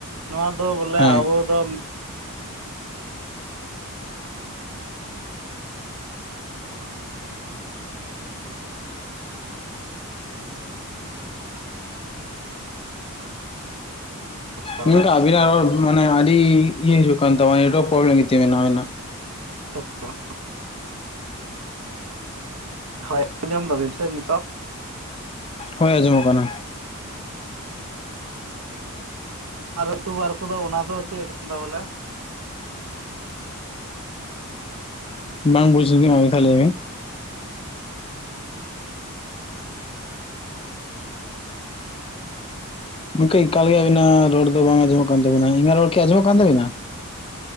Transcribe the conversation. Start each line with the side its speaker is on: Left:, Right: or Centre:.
Right: ᱱᱚᱣᱟ ᱫᱚ ᱵᱚᱞᱮ
Left: ᱦᱮᱸ
Right: ᱟᱵᱚ ᱫᱚᱼᱼ ᱵᱚᱞᱮ
Left: ᱜᱚᱝᱠᱮ ᱟᱵᱤᱱᱟᱜ ᱨᱚᱲ ᱢᱟᱱᱮ ᱟᱹᱰᱤ ᱤᱭᱟᱹ ᱦᱤᱡᱩᱜ ᱠᱟᱱ ᱛᱟᱢᱟ ᱱᱮᱴᱣᱟᱨᱠ ᱯᱨᱚᱵᱞᱮᱢ ᱮᱫ ᱛᱟᱵᱮᱱᱟ ᱟᱵᱤᱱᱟᱜ
Right: ᱤᱱᱼᱚᱰᱤᱵᱮᱞ <unintelligible> ᱦᱳᱭ ᱟᱸᱡᱚᱢ ᱫᱟᱵᱤᱱ ᱥᱮ ᱱᱤᱛᱚᱜ
Left: ᱦᱳᱭ ᱟᱸᱡᱚ ᱢᱚᱜ ᱠᱟᱱᱟ᱾
Right: ᱟᱨ ᱤᱭᱩᱴᱩᱵᱟᱨ ᱠᱚᱫᱚ ᱚᱱᱟ ᱫᱚ ᱪᱮᱫ ᱠᱚ ᱢᱮᱱᱫᱟ ᱵᱚᱞᱮ?
Left: ᱵᱟᱝ ᱵᱩᱡᱽ ᱞᱫᱟᱹᱧ ᱟᱨ ᱢᱤᱫ ᱫᱷᱟᱣ ᱞᱟᱹᱭ ᱵᱮᱱ᱾ ᱜᱚᱝᱠᱮ ᱮᱠᱟᱞ ᱜᱮ ᱟᱹᱵᱤᱱᱟᱜ ᱨᱚᱲ ᱫᱚ ᱵᱟᱝ ᱟᱸᱡᱚᱢᱚᱜ ᱠᱟᱱ ᱛᱟᱵᱤᱱᱟ ᱤᱧᱟᱹᱜ ᱨᱳᱲ ᱠᱤ ᱟᱸᱡᱚᱜ ᱠᱟᱱ ᱛᱟᱵᱤᱱᱟ?